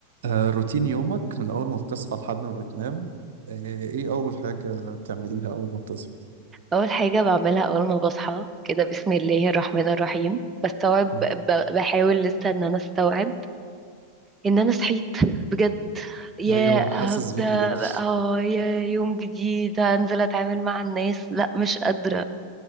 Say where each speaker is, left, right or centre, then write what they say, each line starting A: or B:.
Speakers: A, on the right; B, on the right.
A: آه، روتين يومك من أول ما بتصحى لحد ما بتنام آه، إيه أول حاجة بتعمليها أول ما بتصحى؟
B: اول حاجه بعملها اول ما بصحى كده بسم الله الرحمن الرحيم بستوعب
A: مم.
B: ب- بحاول لسه ان انا استوعب ان انا صحيت بجد يا
A: أيوه حاسس
B: هبدا
A: بيكي جدا
B: اه يا يوم جديد هنزل اتعامل مع الناس لا مش قادره